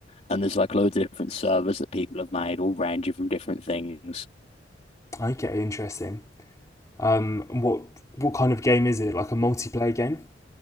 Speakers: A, on the left; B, on the left.
A: And there's like loads of different servers that people have made, all ranging from different things.
B: okay interesting um what what kind of game is it like a multiplayer game